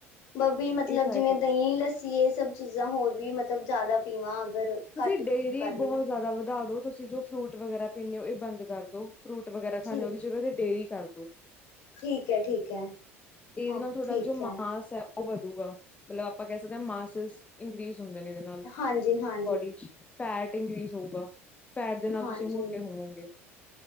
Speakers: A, on the left; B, on the left.
A: ਬਬੀ ਮਤਲਬ
B: ਇਹ ਟਰਾਈ
A: ਜਿਵੇਂ
B: ਕਰੋ
A: ਦਹੀਂ, ਲੱਸ ਸੀ ਇਹ ਸਭ ਚੀਜ਼ਾਂ ਹੋਰ ਵੀ ਮਤਲਬ ਜ਼ਿਆਦਾ ਪੀਵਾਂ ਅਗਰ,
B: ਤੁਸੀ
A: ਘੱਟ
B: ਡੇਅਰੀ
A: ਕਰ ਰਹੀ
B: ਬਹੁਤ
A: ਹਾਂ
B: ਜ਼ਿਆਦਾ ਵਧਾ ਦੋ ਤੁਸੀਂ ਜੋ ਫਰੂਟ ਵਗੈਰਾ ਪੀਣੇ ਹੋ ਇਹ ਬੰਦ ਕਰਦੋ। ਫਰੂਟ ਵਗੈਰਾ ਖਾਣੇ
A: ਠੀਕ
B: ਹੋ। ਉਹਦੀ ਜਗ੍ਹਾ ਤੇ ਡੇਰੀ ਕਰਦੋ।
A: ਠੀਕ ਹੈ ਠੀਕ ਹੈ
B: ਇਹਦੇ
A: ਓ
B: ਨਾਲ ਥੋਡਾ
A: ਠੀਕ
B: ਜੋ
A: ਹੈ।
B: ਮਾਸ ਐ। ਉਹ ਵਧੂਗਾ ਮਤਲਬ ਆਪਾਂ ਕਹਿ ਮਾਸ ਇੰਕਰੀਜ਼ ਹੁੰਦੇ ਨੇ ਇਹਦੇ ਨਾਲ।
A: ਹਾਂਜੀ‌ ਹਾਂ।
B: ਬੋਡੀ ਚ ਫੈਟ ਇੰਕਰੀਜ਼ ਹੋਊਗਾ ਫੈਟ ਦੇ ਨਾਲ
A: ਹਾਂਜੀ
B: ਤੁਸੀਂ ਮੋਟੇ ਹੋਵੋਗੇ।